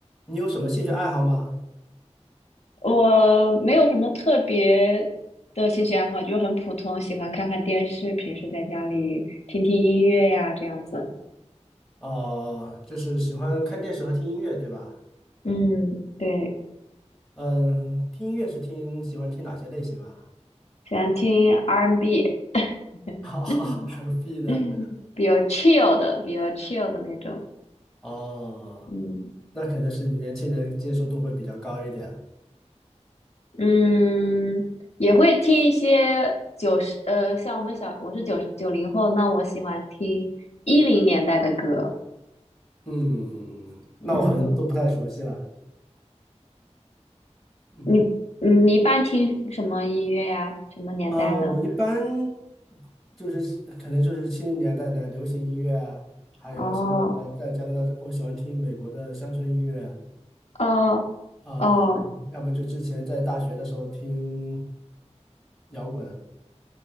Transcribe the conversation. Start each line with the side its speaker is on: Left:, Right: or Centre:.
Centre: 你有什么兴趣爱好吗？
Left: 我没有什么特别的兴趣爱好，就是很普通，喜欢看看电视，平时在家里听听音乐呀，这样子。
Centre: 哦、就是喜欢看电视和听音乐，对吧？
Left: 嗯，对，
Centre: 嗯，听音乐是听，喜欢听哪些类型啊
Left: 喜欢听 R&B，
Centre: ？R&B
Left: 嗯
Centre: <laughs> 的，
Left: 嗯，比较 chill 的，比较 chill 的那种。
Centre: 哦，
Left: 嗯
Centre: 那可能是你年轻人接受度会比较高一点。
Left: 嗯，也会听一些九十，呃，像我们小，我是九十九零后，那我喜欢听一零年代的歌。
Centre: 嗯，那我好像都不太熟悉了。
Left: 嗯，
Centre: 嗯，
Left: 你嗯你一般听什么音乐呀？什么年代的？
Centre: 呃，我一般就是可能就是七零年代的流行音乐啊还有现在的在加拿大，
Left: 哦
Centre: 我喜欢听美国的乡村音乐。
Left: 哦
Centre: 啊，
Left: 哦，
Centre: 要么就之前在大学的时候听摇滚，